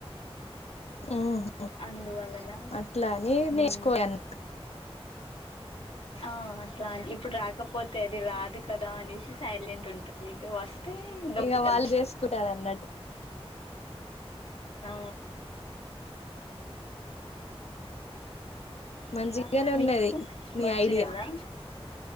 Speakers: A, on the left; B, on the left.
A: ఊహూ
B: అందువలన
A: అట్లనీ
B: ఉమ్
A: నేర్చుకోయాన్
B: ఆ అట్లా ఇప్పుడు రాకపోతే అది రాదు కదా అనేసి సైలెంటుంటది వస్తే దొబ్బుతరు
A: ఇక వాళ్ళు చేసుకుంటారు అన్నట్టు
B: ఆ అట్ల
A: మంచిగానే
B: మీకు
A: ఉన్నది మీ
B: వచ్చు
A: ఐడియా
B: గదా